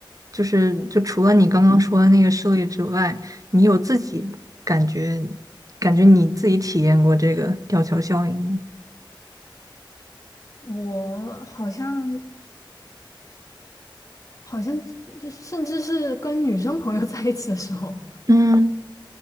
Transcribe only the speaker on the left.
我好像好像，这甚至是跟女生朋友在一起的时候。